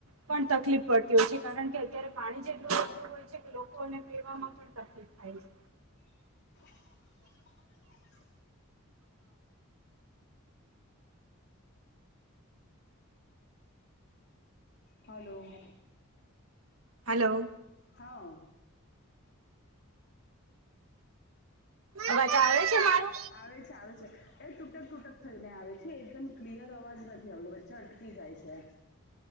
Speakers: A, on the right; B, on the left.
A: પણ તકલીફ પડતી હોય છે, કારણ કે અત્યારે પાણીજેટલું ઓછું હોય છે કે, લોકોને પીવામાં પણ શુ તકલીફ થાય છે?
B: <unintelligible> <inaudible> હલો. <inaudible>
A: હલો.
B: હા.
A: અવાજ આવે છે મારો?
B: આવે છે, આવે છે, એ તૂટક-તૂટક થઈને આવે છે, એકદમ ક્લિયર અવાજ નથી આવતો, વચ્ચે અટકી જાય છે.